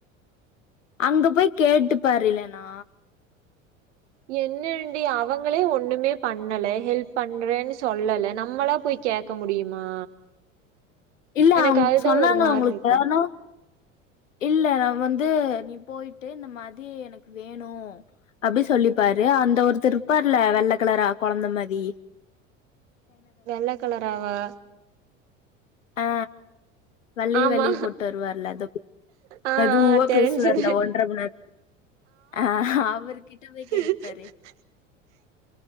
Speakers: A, on the left; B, on the right.
A: அங்க போய் கேட்டு பாரில்லேன்னா
B: என்னன்டி அவங்களே ஒண்ணுமே பண்ணல ஹெல்ப் பண்றேன்னு சொல்லல நம்மளாப் போய் கேக்க முடியுமா
A: இல்ல
B: எனக்கு
A: அவுங்
B: அதுதான்
A: சொன்னாங்களா
B: ஒரு மாரி
A: உங்களுக்கு
B: இருக்கு.
A: பேனு இல்ல நா வந்து நீ போயிட்டு இந்த மாதிரி எனக்கு வேணு அப்டி சொல்லிப்பாரு ரு அந்த ஒருத்தர் இருப்பாருல்ல வெள்ள கலரா கொழந்த மாரி
B: வெள்ள கலராவா
A: ஆ வெள்ளையு
B: ஆமா.
A: வெள்ளையு போட்டு வருவார்ல தோப்
B: ஆ, ஆ
A: மெதுவா
B: தெரிஞ்சுது.
A: பேசுவார்ல ஒன்ற மண் நேரத் அ அவரு கிட்ட போய்
B: ஆமா.
A: கேட்டுப்பாரு